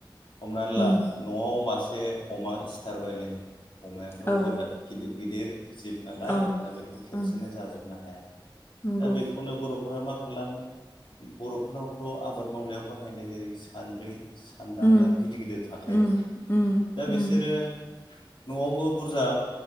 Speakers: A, on the left; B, on the left.
A: हमनानै
B: उम
A: ला न'आव मासे अमा सिथारबायलै अमायाथ'
B: औ
A: गोदा गिदि गिदिर जिब नालाय
B: ओं
A: दा बेखौ खेबसेनो
B: ओं
A: जाजोबनो हाया
B: नंगौ
A: दा बेखौनो बर'फोरा मा खालामो। बर'फोरनावथ' आबाद मावनायाव बाहायनाय जेरै सान्द्रि सान्दांगा
B: उम
A: गिदिर गिदिर थाखायो।
B: उम उम
A: दा
B: उम
A: बिसोरो न'आवबो बुरजा